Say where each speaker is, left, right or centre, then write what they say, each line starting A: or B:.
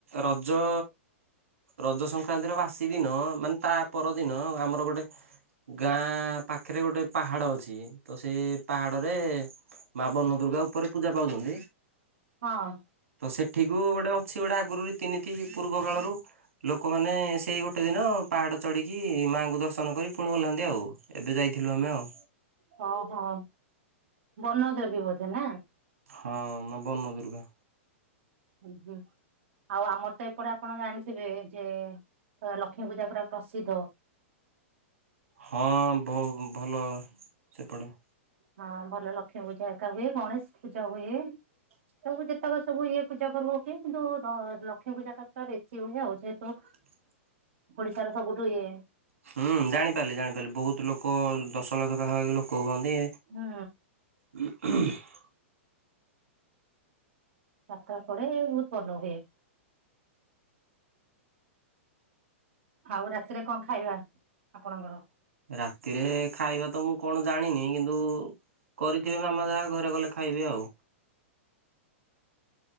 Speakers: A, on the right; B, on the right.
A: ରଜ। ରଜ ସଂକ୍ରାନ୍ତି ର ବାସି ଦିନ ମାନେ ତା ପରଦିନ ଆମର ଗୋଟେ। ଗାଁ ପାଖରେ ଗୋଟେ ପାହାଡ ଅଛି ତ ସେ ପାହାଡରେ ମା ବନ ଦୁର୍ଗା ଉପରେ ପୂଜା ପାଉଛନ୍ତି।
B: ହଁ
A: ତ ସେଠିକୁ ଗୋଟେ ଅଛି ଗୋଟେ ଆଗରୁ ରୀତି ନିତି ପୂର୍ବ କାଳରୁ ଲୋକମାନେ ସେଇ ଗୋ ଗୋଟେ ଦିନ ପାହାଡ଼ ଚଢ଼ିକି ମାଆଙ୍କୁ ଦର୍ଶନ କରି ପୁଣି ଓହ୍ଲାନ୍ତି ଆଉ ଏବେ ଯାଇଥିଲୁ ଆମେ ଆଉ।
B: ହଁ ହଁ ବନ ଦେବୀ ବୋଧେ ନା?
A: ହଁ ମା ବନ ଦୁର୍ଗା।
B: ହୁଁ ହୁଁ। ଆଉ ଆମର ତ ଏପଟେ ଆପଣ ଜାଣିଥିବେ ଯେ ଲକ୍ଷ୍ମୀ ପୂଜା ପୁରା ପ୍ରସିଦ୍ଧ।
A: ହଁ ବହୁ ଭଲ ସେପଟେ।
B: ହଁ ଭଲ ଲକ୍ଷ୍ମୀ ପୂଜା ହେରେକା ହୁଏ ଗଣେଶ ପୂଜା ହୁଏ। ତାଙ୍କୁୁ ଯେତେକ ସବୁ ଇଏ ପୂଜା ପର୍ବ ଓକେ କିନ୍ତୁ ଲକ୍ଷ୍ମୀ ପୂଜା ଟା ପୁରା ବେଶି ହୁଏ ଆଉ ଯେହେତୁ।
A: ହ
B: ଓଡିଶାର ର ସବୁଠୁ ଇଏ।
A: ହୁଁ ଜାଣିପାରିଲି ଜାଣିପାରିଲି ବହୁତ ଲୋକ ଦଶଲକ୍ଷ ପାଖାପାଖି ଲୋକ ହୁଅନ୍ତି।
B: ହଁ।
A: ହଁ <inaudible>
B: ଯାତ୍ରା ପଡେ ବହୁତ ଭଲ ହୁଏ। ଆଉ ରାତିରେ କଣ ଖାଇବା ଆପଣଙ୍କର?
A: ରାତିରେ ଖାଇବା ତ ମୁଁ କଣ ଜାଣିନି କିନ୍ତୁ। କରିଥିବେ ମାମା ଯାହା ଘରେ ଗଲେ ଖାଇବି ଆଉ।